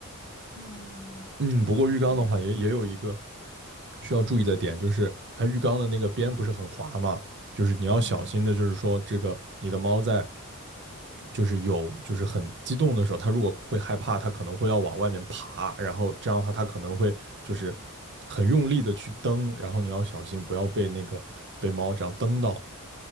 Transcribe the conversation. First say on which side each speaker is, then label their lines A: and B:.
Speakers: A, on the right; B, on the right.
A: 嗯，
B: 嗯，不过浴缸的话也也有一个
A: 我了解。
B: 需要注意的点，就是它浴缸的那个边不是很滑嘛，就是你要小心的，
A: 嗯。
B: 就是说这个你的猫在就是有就是很激动的时候，他如果会害怕，他可能会要往外面爬，然后这样的话他可能会就是很用力的去蹬，然后你要小心不要被那个被猫这样蹬到，